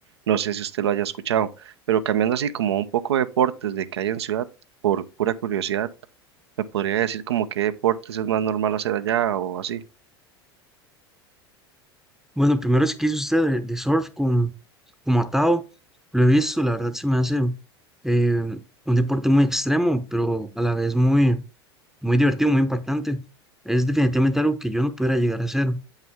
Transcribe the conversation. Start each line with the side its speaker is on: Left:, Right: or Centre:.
Right: No sé si usted lo haya escuchado, pero cambiando así como un poco de deportes de que hay en ciudad, por pura curiosidad. ¿Me podría decir como qué deportes es más normal hacer allá o así?
Centre: Bueno, primero es que hizo usted de, de surf con, como atado. Lo he visto, la verdad se me hace eh, un deporte muy extremo, pero a la vez muy, muy divertido, muy impactante. Es definitivamente algo que yo no pudiera llegar a hacer,